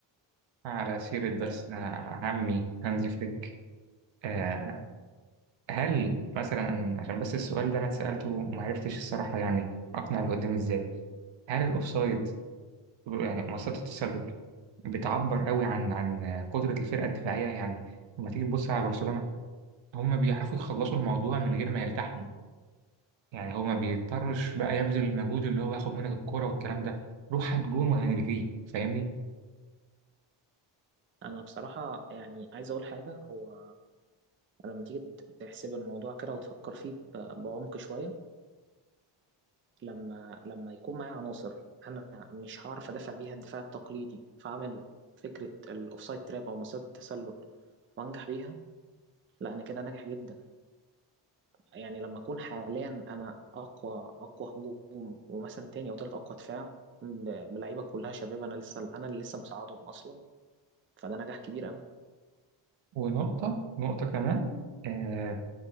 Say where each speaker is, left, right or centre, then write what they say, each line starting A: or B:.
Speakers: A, on the right (about 75°); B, on the right (about 30°).
A: على سيرة بس
B: يعني
A: آه، عمي هانزي فليك آه، هل مثلا عشان بس السؤال ده انا اتسألته وما عرفتش الصراحة يعني اقنع اللي قدامي ازاي هل الاوفسايد يعني مسطرة التسلل بتعبر قوي عن عن قدرة الفرقة الدفاعية يعني لما تيجي تبص على برشلونة هم بيعرفوا يخلصوا الموضوع من غير ما يلتحموا يعني هو ما بيضطرش بقى يبذل المجهود اللي هو هياخد منك الكرة والكلام ده روح هات جون وهنلغيه فاهمني
B: أنا بصراحة يعني عايز أقول حاجة هو لما تيجي تحسب الموضوع كده وتفكر فيه ب- بعمق شوية لما لما يكون معايا عناصر أنا مش هعرف أدافع بيها الدفاع التقليدي فأعمل فكرة الأوفسايد تراب أو مصيدة التسلل وأنجح بيها لا أنا كده ناجح جدا يعني لما اكون حاليا انا اقوى اقوى هجوم ومثلا تاني او تالت اقوى دفاع ب- بلعيبه كلها شباب انا لسه انا اللي لسه مساعدهم اصلا فده نجاح كبير قوي
A: ونقطة نقطة كمان آه